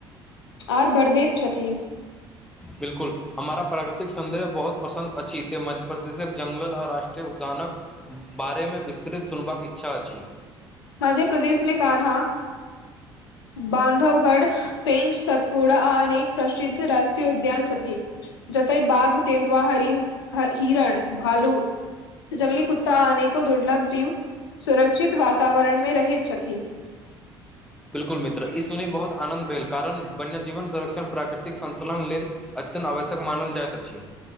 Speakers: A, on the left (about 75°); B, in the centre.
A: और बढ़बैत छथिन।
B: बिल्कुल। हमर प्राकृतिक सौंदर्य बहुत पसन्द अछि तें मध्य प्रदेशक जंगल आ राष्ट्रीय उद्यानक बारेमे विस्तृत सुनबाक इच्छा अछि।
A: मध्य प्रदेश मे कान्हा, बान्धवगढ़ पेंज, सतपुरा आ अनेक प्रसिद्ध राष्ट्रीय उद्यान छथि। जतर बाघ तेंदुवा हरि हिरण, भालू जंगली कुत्ता अनेको दुर्लभ जीव सुरक्षित वातावरण मे रहैत छथि।
B: बिल्कुल मित्र, ई सुनै मे बहुत आनंन्द भेल कारण वन्य जीवन संरक्षण प्राकृतिक संन्तुलन लेल अत्यन्त आवश्यक मानल जाइत अछि।